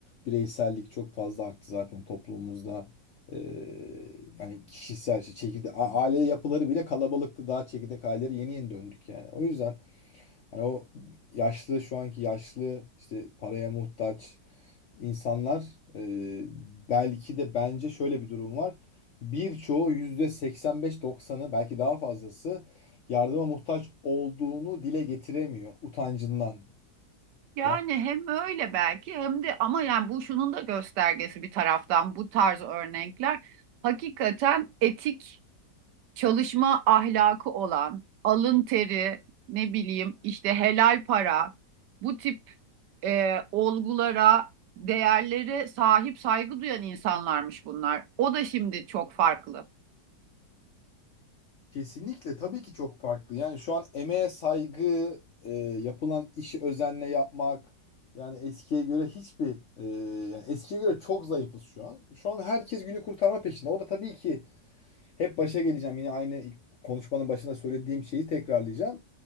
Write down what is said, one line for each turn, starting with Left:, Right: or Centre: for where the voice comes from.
Left: bireysellik çok fazla arttı zaten toplumumuzda. E, yani kişisel işte çekirdek a- aile yapıları bile kalabalıktı. Daha çekirdek aileleri yeni yeni döndük yani. O yüzden Hani o yaşlı şu anki yaşlı işte paraya muhtaç insanlar e, belki de bence şöyle bir durum var. Birçoğu yüzde 85-90'ı belki daha fazlası yardıma muhtaç olduğunu dile getiremiyor utancından.
Right: Yani
Left: Yani
Right: hem öyle belki hem de ama yani bu şunun da göstergesi bir taraftan bu tarz örnekler hakikaten etik çalışma ahlakı olan, alın teri, ne bileyim işte helal para, bu tip e, olgulara, değerlere sahip saygı duyan insanlarmış bunlar. O da şimdi çok farklı.
Left: kesinlikle tabii ki çok farklı. Yani şu an emeğe saygı, e, yapılan işi özenle yapmak yani eskiye göre hiçbir e, yani eskiye göre çok zayıfız şu an. Şu an herkes günü kurtarma peşinde. O da tabii ki Hep başa geleceğim. Yine aynı konuşmanın başında söylediğim şeyi tekrarlayacağım.